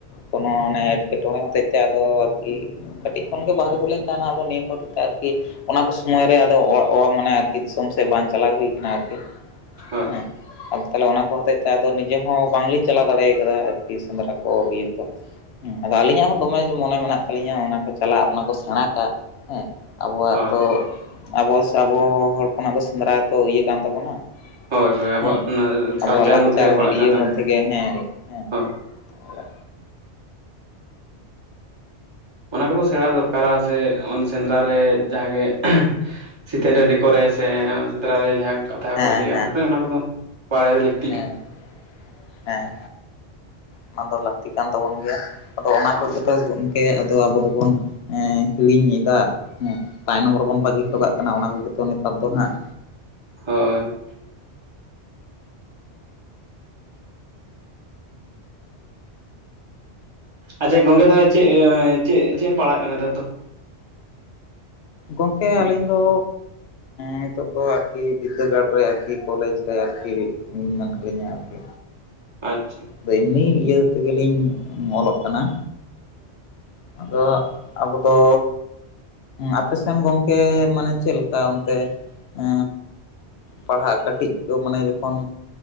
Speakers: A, on the left; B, on the right.
A: ᱠᱳᱱᱳ ᱢᱟᱱᱮ ᱮᱸᱴᱠᱮᱴᱚᱬᱮ ᱦᱚᱛᱮᱡ ᱛᱮ ᱟᱫᱚ ᱟᱨᱠᱤ ᱠᱟᱹᱴᱤᱡ ᱠᱷᱚᱱᱜᱮ ᱵᱟᱦᱨᱮ ᱠᱚᱞᱤᱧ ᱛᱟᱦᱮᱱᱟ ᱟᱫᱚ ᱱᱤᱭᱟᱹ ᱠᱚᱨᱮ ᱟᱨᱠᱤ ᱚᱱᱟ ᱠᱚ ᱥᱚᱢᱚᱭ ᱨᱮ ᱟᱫᱚ ᱚᱲᱟᱜ ᱚᱟᱜ ᱢᱟᱱᱮ ᱟᱨᱠᱤ ᱫᱤᱥᱚᱢ ᱥᱮᱫ ᱵᱟᱝ ᱪᱟᱞᱟᱣ ᱦᱩᱭ ᱟᱠᱟᱱᱟ ᱟᱨᱠᱤ᱾
B: ᱦᱳᱭ
A: ᱦᱮᱸ᱾ ᱟᱫᱚ ᱛᱟᱦᱚᱞᱮ ᱚᱱᱟ ᱠᱚ ᱦᱚᱛᱮᱡ ᱛᱮ ᱟᱫᱚ ᱱᱤᱡᱮ ᱦᱚᱸ ᱵᱟᱝᱞᱤᱧ ᱪᱟᱞᱟᱣ ᱫᱟᱲᱮ ᱠᱟᱫᱟ ᱟᱨᱠᱤ ᱥᱮᱸᱫᱽᱨᱟ ᱠᱚ ᱤᱭᱟᱹ ᱠᱚ᱾ ᱦᱮᱸ ᱟᱫᱚ ᱟᱹᱞᱤᱧᱟᱜ ᱦᱚᱸ ᱫᱚᱢᱮ ᱢᱚᱱᱮ ᱢᱮᱱᱟᱜ ᱛᱟᱞᱤᱧᱟ ᱚᱱᱟ ᱠᱚ ᱪᱟᱞᱟᱜ, ᱚᱱᱟ ᱠᱚ ᱥᱮᱬᱟ ᱠᱟᱜ ᱦᱮᱸ, ᱟᱵᱚᱣᱟᱜ
B: ᱦᱳᱭ
A: ᱛᱚ ᱟᱵᱚ ᱥᱮ ᱟᱵᱚ ᱦᱚᱲ ᱦᱚᱯᱚᱱᱟᱜ ᱫᱚ ᱥᱮᱸᱫᱽᱨᱟ ᱛᱚ ᱤᱭᱟᱹ ᱠᱟᱱ ᱛᱟᱵᱚᱱᱟ
B: ᱦᱳᱭ ᱦᱳᱭ ᱟᱵᱚᱣᱟᱜ
A: ᱦᱮᱸ
B: ᱚᱱᱟ
A: ᱟᱵᱚᱣᱟᱜ
B: ᱠᱟᱞᱪᱟᱨ
A: ᱞᱟᱠᱪᱟᱨ
B: ᱢᱚᱫᱽᱫᱷᱮ ᱨᱮᱜᱮ ᱯᱟᱲᱟᱜ
A: ᱤᱭᱟᱹ
B: ᱠᱟᱱ ᱛᱟᱵᱚᱱᱟ
A: ᱢᱚᱫᱽᱫᱷᱮ ᱜᱮ ᱦᱮᱸ ᱦᱮᱸ
B: ᱦᱳᱭ
A: ᱦᱮᱸ
B: ᱚᱱᱟ ᱠᱚᱫᱚ ᱥᱮᱬᱟ ᱫᱚᱨᱠᱟᱨᱟ ᱥᱮ ᱚᱱ ᱥᱮᱸᱫᱽᱨᱟ ᱨᱮ ᱡᱟᱦᱟᱸ ᱜᱮ᱾ ᱥᱤᱛᱟᱹ ᱰᱟᱹᱰᱤ ᱠᱚᱨᱮ ᱥᱮ ᱥᱮᱸᱫᱽᱨᱟ ᱨᱮ ᱡᱟᱦᱟᱸ ᱠᱟᱛᱷᱟ
A: ᱦᱮᱸ
B: ᱠᱚ ᱞᱟᱹᱭᱟ ᱩᱱ ᱚᱱᱟ ᱠᱚᱫᱚ ᱵᱟᱲᱟᱭ ᱞᱟᱹᱠ
A: ᱦᱮᱸ, ᱦᱮᱸ, ᱚᱱᱟ ᱫᱚ ᱞᱟᱹᱠᱛᱤ ᱠᱟᱱ ᱛᱟᱵᱚᱱ ᱜᱮᱭᱟ᱾ ᱟᱫᱚ ᱚᱱᱟ ᱠᱚᱜᱮ
B: ᱦᱳᱭ
A: ᱛᱚ ᱜᱚᱢᱠᱮ ᱟᱫᱚ ᱟᱵᱚ ᱫᱚᱵᱚᱱ ᱮᱸ ᱦᱤᱲᱤᱧ ᱮᱫᱟ ᱦᱮᱸ᱾ ᱛᱟᱭᱱᱚᱢ ᱨᱮᱵᱚᱱ ᱵᱟᱹᱜᱤ ᱦᱚᱴᱚ ᱠᱟᱜ ᱠᱟᱱᱟ ᱚᱱᱟ ᱠᱚᱜᱮ ᱛᱚ ᱱᱮᱛᱟᱨ ᱫᱚ ᱦᱟᱸᱜ
B: ᱦᱳᱭ, ᱟᱪᱪᱷᱟ ᱜᱚᱝᱠᱮ ᱛᱟᱦᱚᱞᱮ ᱪᱮᱫ ᱢᱟᱱᱮ ᱪᱮᱫ ᱪᱮᱫ ᱮᱢ ᱯᱟᱲᱦᱟᱜ ᱠᱟᱱᱟ ᱱᱮᱛᱟᱨ ᱫᱚ᱾
A: ᱜᱚᱢᱠᱮ ᱟᱹᱞᱤᱧ ᱫᱚ ᱱᱤᱛᱚᱜ ᱫᱚ ᱟᱨᱠᱤ ᱵᱤᱫᱽᱫᱟᱹᱜᱟᱲ ᱨᱮ ᱟᱨᱠᱤ ᱠᱚᱞᱮᱡᱽ ᱨᱮ ᱟᱨᱠᱤ ᱢᱮᱱᱟᱜ ᱞᱤᱧᱟ ᱟᱨᱠᱤ᱾
B: ᱟᱪᱪᱷᱟ᱾
A: ᱟᱫᱚ ᱮᱢᱱᱤ ᱤᱭᱟᱹ ᱛᱮᱜᱮᱞᱤᱧ ᱚᱞᱚᱜ ᱠᱟᱱᱟ, ᱟᱫᱚ ᱟᱵᱚ ᱫᱚ ᱟᱯᱮ ᱥᱮᱱ ᱜᱚᱝᱠᱮᱻ ᱢᱟᱱᱮ ᱪᱮᱫᱞᱮ ᱞᱮᱠᱟ ᱚᱱᱛᱮ? ᱮᱻ ᱯᱟᱲᱦᱟᱜ ᱠᱟᱹᱴᱤᱡ ᱠᱚ ᱢᱟᱱᱮ ᱡᱚᱠᱷᱚᱱ